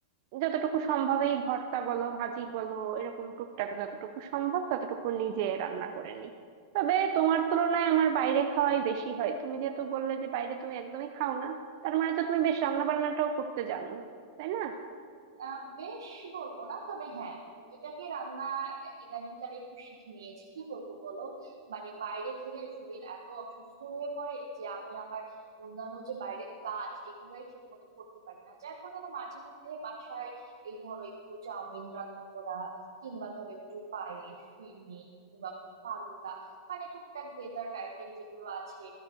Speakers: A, on the right; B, on the right.
A: যতটুকু সম্ভব এই ভর্তা বলো ভাজি বলো এরকম টুকটাক যতটুকু সম্ভব ততটুকু নিজে রান্না করে নিই তবে তোমার তুলনায় আমার বাইরে খাওয়াই বেশি হয় তুমি যেহেতু বললে যে বাইরে তুমি একদমই খাও না তার মানে তো তুমি বেশ রান্না বান্নাটাও করতে জানো তাই না
B: আহ, বেশ বলবো না তবে হ্যাঁ টুকিটাকি রান্না ইদানিংকালে একটু শিখে নিয়েছি কি করব বলো মানে বাইরে খেলে শরীর এত অসুস্থ হয়ে পড়ে যে আমি আমার অন্যান্য যে বাইরের কাজ এগুলাই ঠিক মতো করতে পারি না যার কারণে মাঝে মধ্যে বাসায় এই ধরো একটু চাউমিন রান্না করা কিংবা ধরো একটু পায়েস ফিরনি কিংবা ফালুদা মানে টুকটাক ডেজার্ট আইটেম যেগুলো আছে